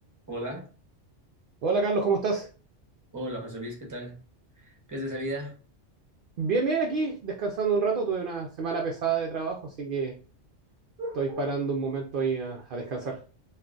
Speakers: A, on the right; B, on the right.
A: Hola,
B: Hola Carlos, ¿cómo estás?
A: hola José Luis, ¿qué tal? ¿Qué es de esa vida?
B: Bien, bien, aquí descansando un rato. Tuve una semana pesada de trabajo, así que estoy parando un momento ahí a, a descansar.